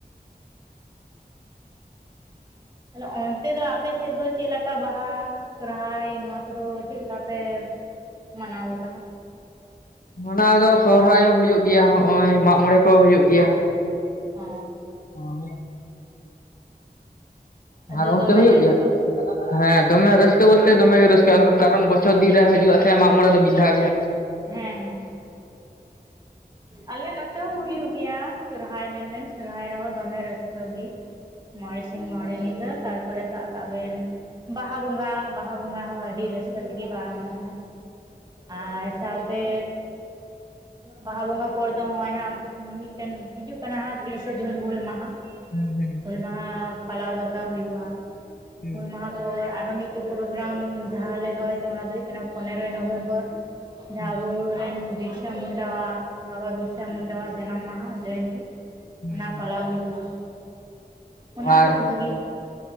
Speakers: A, on the right; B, on the left.
A: ᱛᱟᱦᱞᱮ ᱚᱱᱛᱮ ᱫᱚ ᱟᱯᱮᱥᱮᱫ ᱫᱚ ᱪᱮᱫ ᱞᱮᱠᱟ ᱵᱟᱦᱟ᱾ ᱥᱚᱨᱦᱟᱭ ᱱᱚᱣᱟ ᱠᱚᱫᱚ ᱪᱮᱫ ᱞᱮᱠᱟ ᱯᱮ ᱢᱟᱱᱟᱣ ᱵᱟᱛᱟᱣᱟ?
B: ᱚᱱᱟ ᱫᱚ ᱥᱚᱦᱨᱟᱭ ᱦᱚᱸ ᱦᱩᱭᱩᱜ ᱜᱮᱭᱟ ᱱᱚᱜᱼᱚᱭ ᱢᱟᱜ ᱢᱚᱬᱮ ᱠᱚ ᱦᱩᱭᱩᱜ ᱜᱮᱭᱟ᱾
A: ᱚ
B: <inaudible>
A: ᱟᱫᱚ
B: ᱟᱨ ᱚᱱᱛᱮ
A: ᱫᱚᱢᱮ
B: ᱦᱩᱭᱩᱜ
A: ᱨᱟᱹᱥᱠᱟᱹ
B: ᱜᱮᱭᱟ᱾ ᱦᱮᱸ ᱫᱚᱢᱮ ᱨᱟᱹᱥᱠᱟᱹ ᱵᱚᱞᱛᱮ ᱫᱚᱢᱮ ᱜᱮ ᱨᱟᱹᱥᱠᱟᱹᱜᱼᱟ ᱠᱟᱨᱚᱱ ᱵᱚᱪᱷᱚᱨ ᱫᱤᱱ ᱨᱮ ᱦᱤᱡᱩᱜᱼᱟ᱾ ᱥᱮ ᱢᱟᱜ ᱢᱚᱬᱮ ᱫᱚ ᱢᱤᱫ ᱫᱷᱟᱣ ᱜᱮ᱾
A: ᱦᱮᱸ ᱦᱮᱸ ᱟᱞᱮ ᱱᱚᱛᱮ ᱦᱚᱸ ᱦᱩᱭᱩᱜ ᱜᱮᱭᱟ ᱥᱚᱨᱦᱟᱭ ᱢᱮᱱᱵᱮᱱ ᱥᱚᱨᱦᱟᱭ ᱨᱮᱦᱚᱸ ᱫᱚᱢᱮ ᱨᱟᱹᱥᱠᱟᱹᱜᱤ ᱢᱚᱬᱮ ᱥᱤᱧ ᱢᱚᱬᱮ ᱧᱤᱫᱟᱹ ᱛᱟᱨᱯᱚᱨᱮ ᱥᱟᱵ ᱠᱟᱜ ᱵᱮᱱ ᱵᱟᱦᱟ ᱵᱚᱸᱜᱟᱼᱼ ᱵᱟᱦᱟ ᱵᱚᱸᱜᱟ ᱦᱚᱸ ᱟᱹᱰᱤ ᱨᱟᱹᱥᱠᱟᱹ ᱛᱮᱜᱮ ᱯᱟᱨᱚᱢᱚᱜᱼᱟ ᱟᱨ ᱥᱟᱶᱛᱮᱼᱼ ᱵᱟᱦᱟ ᱵᱚᱸᱜᱟ ᱯᱚᱨ ᱫᱚ ᱱᱚᱜᱼᱚᱭ ᱦᱟᱸᱜ ᱢᱤᱫᱴᱮᱱ ᱦᱤᱡᱩᱜ ᱠᱟᱱᱟ ᱦᱟᱸᱜ ᱛᱤᱨᱤᱥᱮ ᱡᱩᱱ ᱦᱩᱞ ᱢᱟᱦᱟ᱾
B: ᱦᱩᱸ ᱦᱩᱸ
A: ᱦᱭᱞ ᱢᱟᱦᱟ ᱯᱟᱞᱟᱣ ᱵᱟᱛᱟᱣ ᱦᱩᱭᱩᱜᱼᱟ
B: ᱦᱩᱸ
A: ᱦᱩᱞ ᱢᱟᱦᱟ᱾ ᱛᱟᱯᱚᱨ ᱟᱨᱚ ᱢᱤᱫᱴᱮᱱ ᱯᱨᱳᱜᱨᱟᱢ ᱡᱟᱦᱟᱸ ᱞᱮ ᱫᱚᱦᱚᱭ ᱛᱮ ᱚᱱᱟ ᱫᱚ ᱦᱳᱭᱳᱜ ᱠᱟᱱᱟ ᱯᱚᱱᱮᱨᱚᱭ ᱱᱚᱵᱷᱮᱢᱵᱚᱨ᱾ ᱡᱟᱦᱟᱸ
B: ᱦᱩᱸ
A: ᱟᱵᱚᱨᱮᱱ ᱵᱤᱨᱥᱟ ᱢᱩᱱᱰᱟ ᱵᱟᱵᱟ ᱵᱤᱨᱥᱟ ᱢᱩᱱᱰᱟ᱾ ᱡᱟᱱᱟᱢ ᱢᱟᱦᱟ ᱡᱚᱭᱚᱱᱛᱤ
B: ᱦᱩᱸ
A: ᱚᱱᱟ
B: ᱦᱩᱸ ᱦᱩᱸ
A: ᱯᱟᱞᱟᱣ ᱦᱩᱭᱩᱜᱼᱟ᱾ ᱚᱱᱟ
B: ᱟᱨ
A: ᱨᱮᱦᱚᱸ ᱵᱷᱟᱹᱜᱤ